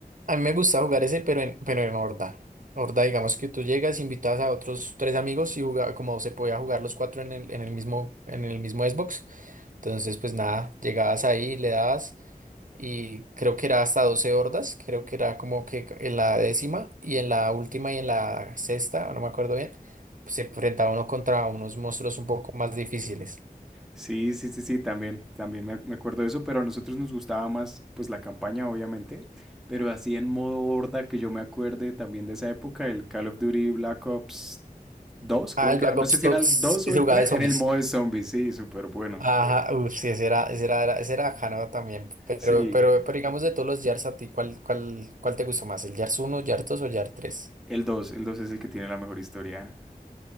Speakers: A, on the right; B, in the centre.
A: A mí me gusta jugar ese, pero en, pero en horda. Horda, digamos que tú llegas, invitas a otros tres amigos y jugaba, como se podía jugar los cuatro en el, en el mismo, en el mismo Xbox. Entonces, pues nada, llegabas ahí, le dabas y creo que era hasta 12 hordas, creo que era como que en la décima y en la última y en la sexta, no me acuerdo bien, pues se enfrentaba uno contra unos monstruos un poco más difíciles.
B: Sí, sí, sí, sí, también, también me, me acuerdo de eso, pero a nosotros nos gustaba más pues la campaña, obviamente, pero así en modo horda que yo me acuerde también de esa época, el Call of Duty Black Ops dos, creo
A: Ah, el
B: que
A: Black
B: era, no
A: Ops
B: sé si
A: dos
B: era el 2
A: que
B: o
A: se
B: el
A: jugaba
B: 3,
A: de zombies.
B: en el modo de zombies, sí, súper bueno.
A: Ajá, uff, sí, ese era, ese era, era- ese era bacano también. Pero,
B: Sí,
A: pero, pero digamos de todos los Yars a ti, ¿cuál, cuál, cuál te gustó más? ¿El Yars uno Yars dos o Yars tres
B: el dos, el 2 es el que tiene la mejor historia.